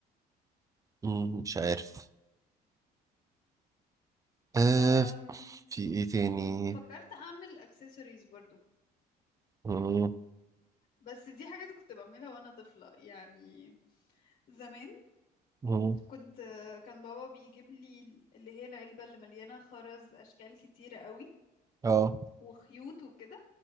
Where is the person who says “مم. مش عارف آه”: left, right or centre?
Right